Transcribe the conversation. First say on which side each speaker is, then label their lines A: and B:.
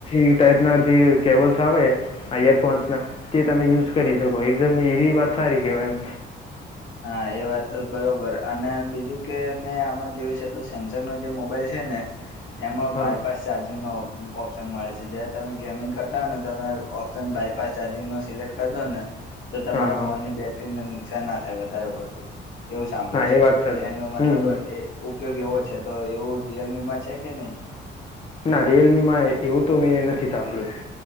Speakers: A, on the left; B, on the left.
A: <unintelligible> ટાઈપ ના જે કેબલ્સ આવે, યરફોન્સના તે તમે યુઝ કરી શકો એકદમ એવી વાત સારી કેહેવાય એમ,
B: હા એ વાત તો બરોબર અને બીજું કે મેં આમાં જોયું છે તો સેમસંગ નો જે મોબાઈલ, છે ને એમાં
A: હા
B: બાયપાસ ચાર્જિંગ નો ઓપ્ ઓપ્ ઓપ્શન મળે છે જયારે તમે ગેમિંગ કરતા હો ને તમે ઓપ્શન બાયપાસ ચાર્જિંગો સિલેક્ટ કરી દો ને, તો તમારા
A: હા હા
B: ફોનની બેટરીને નુકસાન ના થાય વધારે પડતું. એવું સાંભળ્યું
A: હા
B: છે,
A: એ વાત સાચી
B: એનો મતલબ
A: હમ હમ
B: એ ઉપયોગ એવો છે તો એવું રિયલમી માં છે કે નહીં.
A: ના રિયલમી માં એવું તો મેં નથી સાંભળ્યું.